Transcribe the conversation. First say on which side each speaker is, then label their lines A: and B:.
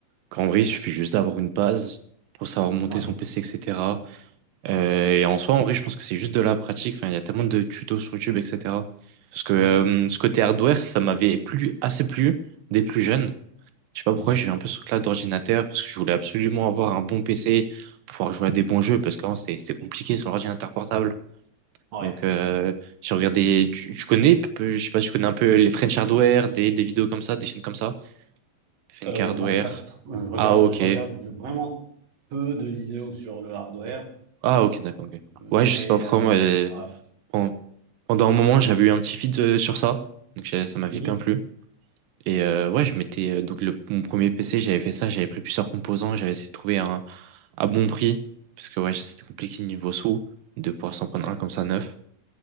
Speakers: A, on the right; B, on the right.
A: qu'en vrai, il suffit juste d'avoir une base pour savoir monter
B: Ouais.
A: son PC, etc. Euh, et en soi, en vrai, je pense que c'est juste de la pratique. Enfin, il y a tellement de tutos sur YouTube, etc. Parce que euh,
B: Ouais.
A: ce côté hardware, ça m'avait plu, assez plu dès plus jeune. Je sais pas pourquoi
B: Mhm.
A: j'ai eu un peu ce truc-là d'ordinateur, parce que je voulais absolument avoir un bon PC pour pouvoir jouer à des bons jeux, parce qu'avant, c'est c'est compliqué sur l'ordinateur portable.
B: Ouais.
A: Donc, euh, j'ai regardé, tu, tu connais, peu- je sais pas si tu connais un peu les French Hardware, des, des vidéos comme ça, des chaînes comme ça. FNK
B: Euh,
A: Hardware.
B: non, pas du tout. Je regarde,
A: Ah, ok.
B: je regarde vraiment peu de vidéos sur le hardware,
A: Ah, ok, d'accord, ok.
B: mais
A: Ouais, je sais pas pourquoi,
B: euh,
A: moi.
B: ah.
A: Pen- Pendant un moment, j'avais eu un petit feed euh, sur ça, donc j'ai- ça m'avait
B: Mhm.
A: bien plu. Et euh, ouais,
B: Ok.
A: je m'étais euh, donc le, mon premier PC, j'avais fait ça, j'avais pris plusieurs composants, j'avais essayé de trouver un à bon prix parce que ouais, c'était compliqué niveau sous de pouvoir s'en prendre
B: Ouais.
A: un comme ça neuf.